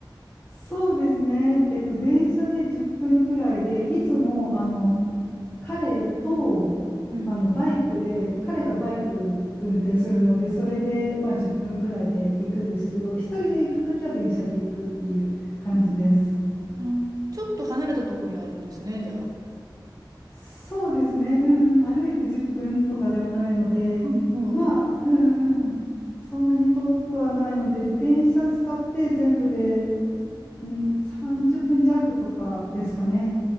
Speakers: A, on the left; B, on the right.
A: そうですね。えっと、電車で10分くらいで、いつもあの、彼と、
B: うん。
A: あの、バイクで、彼がバイク運転するので、それで、まあ、10分くらいで行くんですけど、一人で行くときは電車で行くっていう感じです。
B: うんなるほどちょっと離れたとこにあるんですね、じゃあ。
A: そうですね。うんうん、歩いて10分とかではないので、
B: うん。うん
A: まあ、うんうん、そんなに遠くはないので、電車使って全部で、うん、30分弱とかですかね。